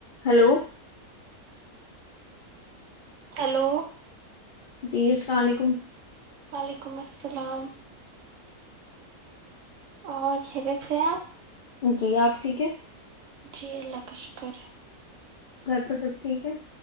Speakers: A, on the left; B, on the right.
A: hello
B: hello
A: جی السلام علیکم
B: و علیکم السلام اور خیریت سے ہے آپ
A: جی آپ ٹھیک ہے
B: جی اللہ شکر
A: گھر
B: ہے
A: پر سب ٹھیک ہے